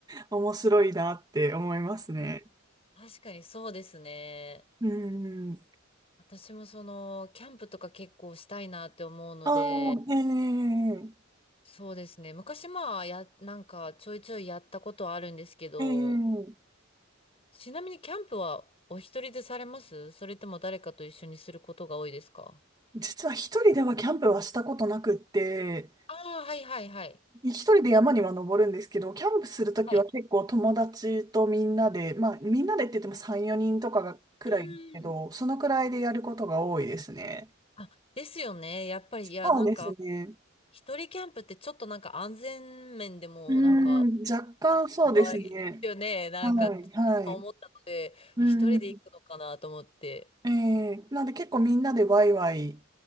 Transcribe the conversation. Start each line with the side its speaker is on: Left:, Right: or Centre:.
Right: 面白いなって思いますね。
Left: うん確かにそうですね。
Right: うん。
Left: 私もその、キャンプとか結構したいなって思うので、
Right: ああ、ええ
Left: そうですね。昔まあ、や、なんかちょいちょいやったことはあるんですけど、
Right: ええ
Left: ちなみにキャンプはお一人でされますそれとも誰かと一緒にすることが多いですか
Right: 実は一人ではキャンプはしたことなくって、
Left: ああー、はいはいはい。
Right: 一人で山には登るんですけど、キャンプするときは結構友達とみんなで、
Left: はい。
Right: まあみんなでって言っても3、4人とかがくらいですけど、
Left: うんうん。
Right: そのくらいでやることが多いですね。
Left: あ、ですよね。やっぱり、いや、
Right: そうですね。
Left: なんか、一人キャンプってちょっとなんか安全面でも、
Right: うん、
Left: なんか、
Right: 若干そうですね。
Left: なんか怖いですよね。なんか、
Right: はい、はい。
Left: 今思ったので、
Right: うん。
Left: 一人で行くのかなと思って。
Right: ええなんで結構みんなでワイワイ、